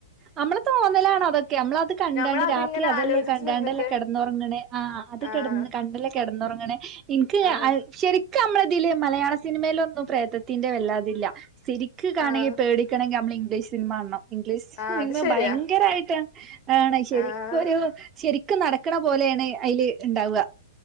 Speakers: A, on the right (about 20°); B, on the left (about 35°).
A: നമ്മള്തോന്നലാണ തൊക്കെ, നമ്മള് കണ്ടാണ്ട്
B: ഞമ്മളതിങ്ങനെ
A: രാത്രി അതല്ലേ
B: ആലോചിച്ച്
A: കണ്ടാണ്ടല്ലേ
B: നിന്നിട്ട്
A: കിടന്നുറങ്ങണെ, ആ.. അതുക,
B: ആഹ്
A: കണ്ടല്ലേ കിടന്നുറങ്ങണേ എനിക്കതുശരി
B: ആഹ്
A: നമ്മളിതില് മലയാള സിനിമയിലൊന്നും പ്രേതത്തിന്റെവല്ലാതില്ല ശരിക്കു കാണെങ്കിൽ
B: ആഹ്
A: പേടിക്കണമെങ്കിൽ നമ്മള് ഇംഗ്ലീഷ് സിനിമ കാണണം, ഇംഗ്ലീഷ്
B: ആഹ്
A: നിന്നെ
B: അത് ശരിയാ
A: ഭയങ്കരമായിട്ടാ <unintelligible> ആണ് ശരിക്കൊരുശരി
B: ആഹ്
A: ഒക്കെനടക്കണ പോലെയാണതിലുണ്ടാവുക.